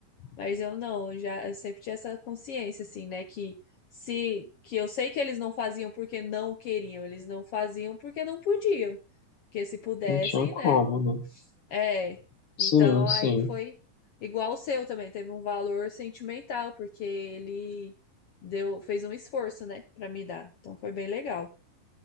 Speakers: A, on the left; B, on the left.
A: Mas eu não, eu já eu sempre tinha essa consciência, assim, né? Que se que eu sei que eles não faziam porque não queriam, eles não faziam porque não podiam. Porque se pudessem,
B: Não tinha como,
A: né?
B: né?
A: É.
B: Sim,
A: Então
B: sim.
A: aí foi igual o seu também, teve um valor sentimental, porque ele deu, fez um esforço, né, Pra me dar. Então foi bem legal.